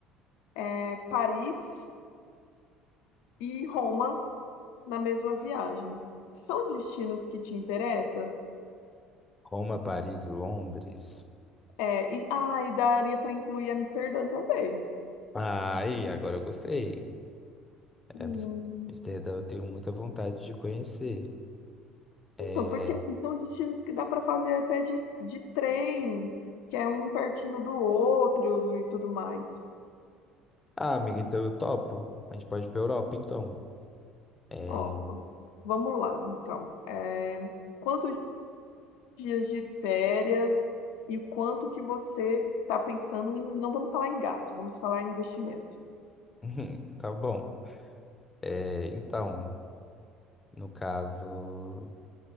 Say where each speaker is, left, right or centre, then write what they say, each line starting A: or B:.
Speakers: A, on the left; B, on the left.
A: eh, Paris e Roma na mesma viagem. São destinos que te interessam?
B: Roma, Paris, Londres.
A: É, e, ah, e daria para incluir Amsterdã também.
B: Aí, agora eu gostei.
A: Hum,
B: Amis- Amsterdã eu tenho muita vontade de conhecer. É...
A: Então, porque assim, são destinos que dá para fazer até de, de trem, que é um pertinho do outro e tudo mais.
B: Ah, amiga, então eu topo. A gente pode ir pra Europa, então. É...
A: Ó, vamos lá, então. É, quantos dias de férias e o quanto que você está pensando em. Não vamos falar em gasto, vamos falar em investimento.
B: <laughs> Tá bom. É, então, no caso,